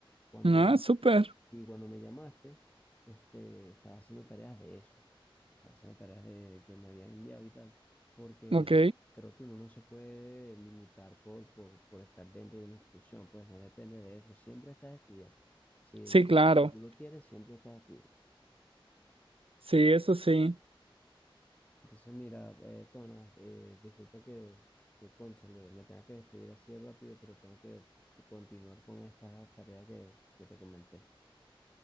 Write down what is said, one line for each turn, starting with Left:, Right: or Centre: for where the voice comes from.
Left: cuando
Right: Ah,
Left: inicié,
Right: súper.
Left: sí, cuando me llamaste, este, estaba haciendo tareas de eso. Estaba haciendo tareas de, de que me habían enviado y tal, porque
Right: Ok,
Left: creo que uno no se puede limitar por, por, por estar dentro de una institución, pues no depende de eso, siempre estás estudiando. Si,
Right: sí,
Left: si,
Right: claro.
Left: si tú lo quieres, siempre estás estudiando.
Right: Sí, eso sí.
Left: Entonces, mira, eh, Tonas, eh, disculpa que, que, cónchale, me tenga que despedir así de rápido, pero tengo que continuar con esta tarea que, que te comenté.